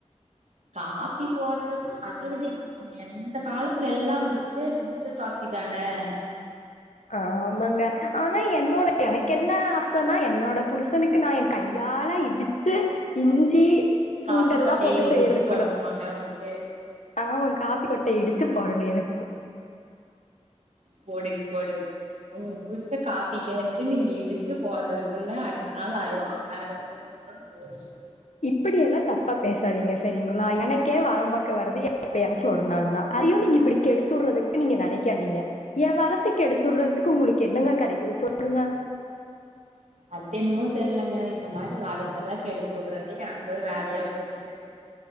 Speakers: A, on the right; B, on the left.
A: காப்பி போட்றது அதை விட ஈசிங்க இந்த காலத்துல எல்லா வந்துட்டு ஃபில்ட்ரு காஃபி இதானே
B: ஆமாங்க ஆனா என்னோட எனக்கென்ன ஆசன்னா என்னோட புருசனுக்கு நா எ கையால இடிச்சு இஞ்சி பூண்டெல்லா
A: காப்பி கொட்டைய
B: போட்டு
A: இடிச்சு
B: செய்ய குடுக்கனு
A: போடணுமாங்க உங்களுக்கு
B: ஆமா காப்பி கொட்ட இடிச்சு பொறணி எனக்கு
A: போடுங் போடுங்க உங்க புருச காப்பி கேட்டு நீங்க இடிச்சு போட்றதுக்குள்ள அடுத்த நாள் ஆயிரு வேற ஒரு அப்பட போயி
B: இப்பிடியெல்லா தப்பா பேசாதீங்க செரிங்களா எனக்கே வரம் பாக்க வரது எப்பயாச்சு ஒரு நாள் தா அதையு நீங்க இப்டி கெடுத்துடுறதுக்கு நீங்க நெனைக் க்காதீங்க எ வரத்த கெடுத்துட்றதுக்கு உங்களுக்கு என்னங்க கெடைக்குது சொல்லுங்க
A: அத்தென்னமோ தெர்லங்க இந்த மாரி வரத்தெல்லா கெடுத்துடுறது எனக்கு ஒரு வேலையா போச்சு